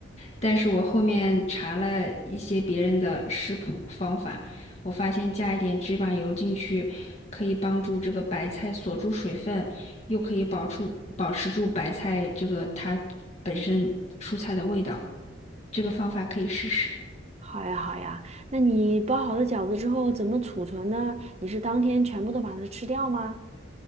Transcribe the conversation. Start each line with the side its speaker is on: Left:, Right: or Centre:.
Left: 但是我后面查了一些别人的食谱方法，我发现加一点芝麻油进去，可以帮助这个白菜锁住水分，又可以保出保持住白菜这个它本身蔬菜的味道，这个方法可以试试。
Right: 好呀好呀，那你包好的饺子之后怎么储存呢？你是当天全部都把它吃掉吗？